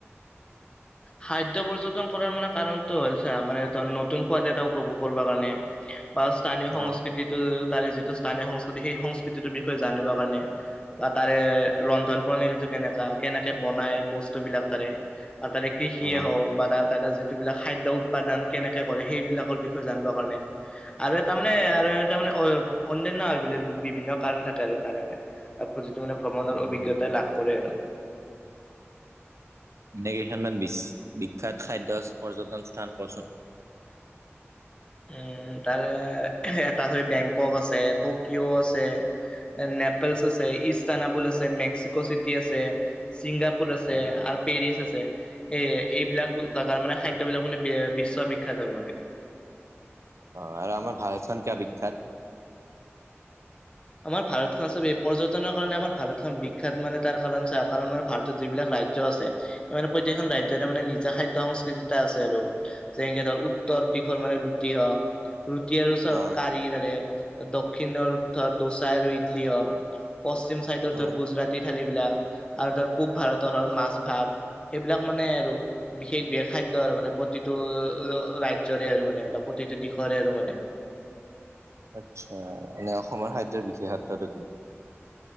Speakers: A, on the left; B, on the right.
A: খাদ্যয় পৰ্যটন কৰাৰ মানে কাৰণতটো হ'ল চা মানে ধ নতুন সোৱাদ এটা উপভোগ কৰিব কাৰণে। বা স্থানীয় সংস্কৃতিটো
B: অ
A: তাৰে যিটো। স্থানীয় সংস্কৃতি সেই সংস্কৃতিটোৰ বিষয়ে জানিবৰ কাৰণে বা তাৰে ৰন্ধন প্ৰণালীটো কেনেকা। কেনেকে বনাই বস্তু বিলাক তাৰে আৰু তাৰে কৃষিয়ে
B: অ
A: হওক বা। বিলাক খাদ্য উৎপাদন কেনেকে কৰে সেইবিলাকৰ বিষয়ে জানিবৰ কাৰণে আৰু তাৰমানানে আৰু তাৰ মানে। অ অনান্যা আৰু বোলে বিভিন্ন কাৰণ থাকে আৰু তাৰে মানে। মানে ভ্ৰমণৰ
B: উম
A: অভিজ্ঞতা লাভ কৰে আৰু।
B: এনেকেইখনমান বিখ্যাত খাদ্য পৰ্যটন স্থান কৰচোন।
A: <unintelligible> উম তাৰে এটা চবি বেংকক আছে টকিঅ' আছে। নেপেলছ আছে ইস্তানাবুল আছে মেক্সিকো চিটি আছে। ছিংগাপুৰ আছে
B: উম
A: আৰু পেৰিচ। ছে এ এইবিলাক জোগাৰ মানে খাদ্য বিলাক মানে বিশ্ববিখ্যাত আৰু মানে।
B: অ আৰু আমাৰ বিখ্যাত।
A: আমাৰ ভাৰত খ চব এই পৰ্যটনৰ কাৰণে আমাৰ ভাৰতখন বিখ্যাত মানে তাৰ কাৰণ চাই কাৰণ আাৰ ভাৰতত যিবিলাক। ৰাজ্য আছে মানে প্ৰতেখন ৰাজয় মানে নিজা খাদ্য সংস্কৃতি এটা আছে আৰু যেনেকে ধৰ উত। দিশৰ মানে ৰুটি হ ওক। ৰুটি আৰু
B: অ
A: কাৰি তাৰে দক্ষিণৰথৰত, দোচা আৰু ইডলি হ,। পশ্চিম চাইডৰ ধৰ
B: অ
A: গুজৰাটী থালিবিলাক আৰু ধৰ পূব ভাৰতৰ হৰ মাছ ভাত,। সেইবিলাক মানে আৰু বিশেষ বিশেষ খাদ্য আৰু মানে প্ৰতিটো ৰাজ্যৰে আৰু মানে বা প্ৰতি। প্ৰতিটো দিশৰে আৰু মানে।
B: আচ্ছা। এনে অসমৰ খাদ্যৰ বিশেষত্বটো কি?